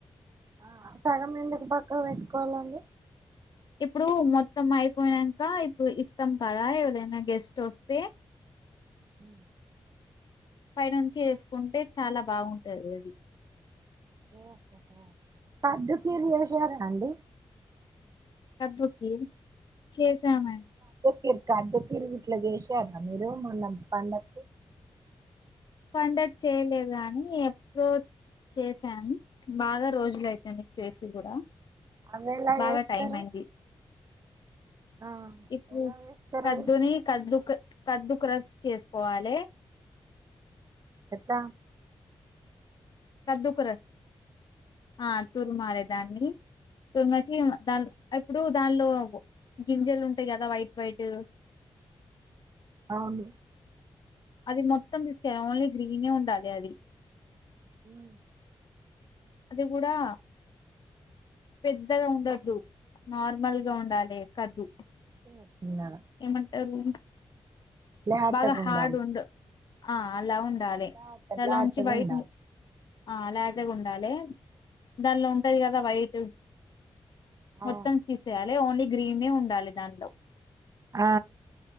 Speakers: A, on the right; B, on the left.
A: ఆ సగం ఎందుకు పక్కా పెట్టుకోవాలండి
B: ఇప్పుడు మొత్తం అయిపోయనంకా ఇప్పుడు ఇస్తాం కదా ఎవడైనా గెస్ట్ వస్తే
A: మ్
B: పైనుంచి ఏసుకుంటే చాలా బాగుంటది అది.
A: ఓహోహో కద్దు కీర్ చేసారా అండి?
B: కద్దు కీర్ చేసామన్
A: కిర్ కద్దు కీర్ గిట్ల చేసారా మీరు మొన్న పండక్కు?
B: పండక్కి చేయలేదు కాని! ఎప్రో చేసాం బాగా రోజులైతాంది చేసి కూడ
A: అవి ఎలా
B: బాగా
A: చేస్తారు
B: టైం అయింది.
A: ఆ
B: ఇప్పు
A: ఎలా చేస్తారు
B: కద్దుని
A: అవి
B: కద్దు క కద్దు క్రస్ చేసుకోవాలె.
A: ఎత్త
B: కద్దుకోర ఆ తుర్మాలే దాన్ని తురిమేసి దాన్ల ఇప్పుడు దానిలో గింజలు ఉంటాయి కదా వైట్ వైట్
A: అవును
B: అది మొత్తం తీసుకయ ఓన్లీ గ్రీనే ఉండాలి అది.
A: మ్
B: అది కూడా పెద్దగ ఉండద్దు.
A: హ్మ్.
B: నార్ మల్గా ఉండాలి. ఎక్కద్దు
A: చిన్న చిన్నగా
B: ఏమంటారు?
A: లేతగుండాలి
B: బాగా హార్డ్ ఉండు, ఆ అలా ఉండాలి,
A: లాత
B: దాలో
A: లాతగా
B: ఉంచి వైట్
A: ఉండాలి
B: మో ఆ అలాగె ఉండాలి. దానిలో ఉంటది కదా వైట్
A: ఆ
B: మొత్తం తీసేయాలి ఓన్లీ గ్రీన్ ఎ ఉండాలి దానిలో
A: ఆ